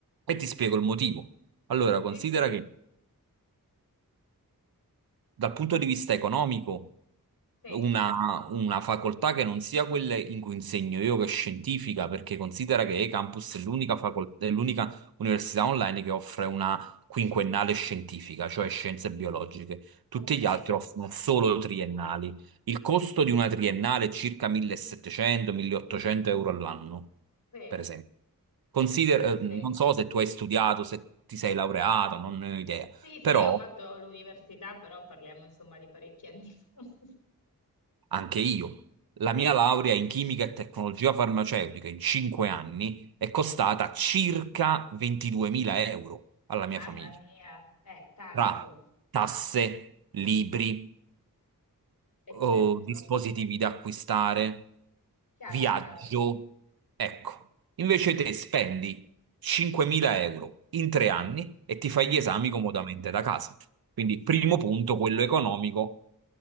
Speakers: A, on the right; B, on the left.
A: E ti spiego il motivo. Allora, considera
B: Sì, sì,
A: che dal punto di vista economico,
B: sì,
A: una, una facoltà che non sia quella in cui insegno io, che è scientifica, perché considera che E-Campus è l'unica facol- è l'unica università online che offre una quinquennale scientifica, cioè scienze biologiche. Tutti
B: ok,
A: gli altri offrono solo triennali. Il costo di una triennale è circa 1700-1800 euro all'anno,
B: sì,
A: per esempio. Consider-
B: sì,
A: eh,
B: sì.
A: non so se tu hai studiato, se ti sei laureato, non ne ho idea,
B: Sì, sì,
A: però
B: io ho fatto l'università, però parliamo insomma di parecchi anni fa. <laughs>
A: Anche io. La mia laurea in chimica e tecnologia farmaceutica in 5 anni è costata circa 22.000 euro alla mia
B: Mamma
A: famiglia,
B: mia, eh, tanto,
A: tra tasse, libri,
B: è
A: oh,
B: certo,
A: dispositivi da acquistare,
B: chiaro,
A: viaggio.
B: chiaro.
A: Ecco, invece te spendi 5.000 euro in 3 anni e ti fai gli
B: Mhm.
A: esami comodamente da casa. Quindi, primo punto, quello economico,